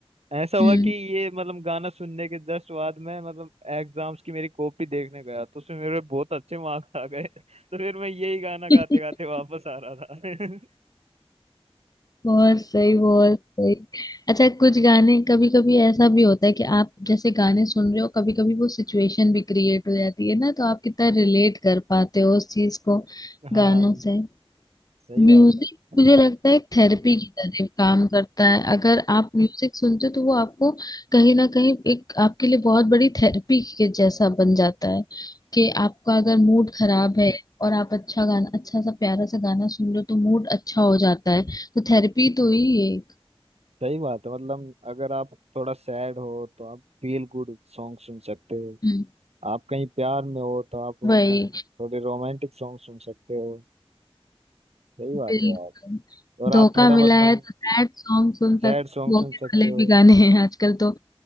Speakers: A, on the right; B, on the left.
A: ऐसा हुआ
B: हम्म
A: कि ये मतलब गाना सुनने के जस्ट बाद में मतलब एग्जाम्स की मेरी कॉपी देखने गया तो उसमें मेरे बहुत अच्छे मार्क्स आ गए <laughs> तो फिर मैं यही गाना
B: <laughs>
A: गाते गाते वापस आ रहा था
B: बहुत सही बहुत सही अच्छा कुछ गाने कभी कभी ऐसा भी होता है कि आप जैसे गाने सुन रहे हो कभी कभी वो सिचुएशन भी क्रिएट हो जाती है ना तो आप कितना रिलेट कर पाते हो उस चीज को
A: <laughs> हाँ
B: गानों से
A: सही
B: म्यूजिक
A: बात है
B: मुझे लगता है एक थेरेपी की तरह काम करता है अगर आप म्यूजिक सुनते हो तो वो आपको कहीं ना कहीं एक आपके लिए बहुत बड़ी थेरेपी के जैसा बन जाता है कि आपका अगर मूड खराब है और आप अच्छा गाना अच्छा सा प्यारा सा गाना सुन लो तो मूड अच्छा हो जाता है तो थेरेपी तो ही एक
A: सही बात है मतलब अगर आप थोड़ा सैड हो तो आप फील गुड सॉन्ग सुन सकते हो
B: हम्म,
A: आप कहीं प्यार में हो तो आप
B: वही
A: मतलब थोड़े रोमांटिक सॉन्ग सुन सकते हो सही
B: बिल्कुल
A: बात है यार और
B: धोखा
A: आप थोड़ा
B: मिला
A: मतलब
B: है तो सैड सॉन्ग सुन सकते
A: सैड सॉन्ग
B: धोखे
A: सुन सकते
B: वाले
A: हो
B: भी गाने हैं आजकल तो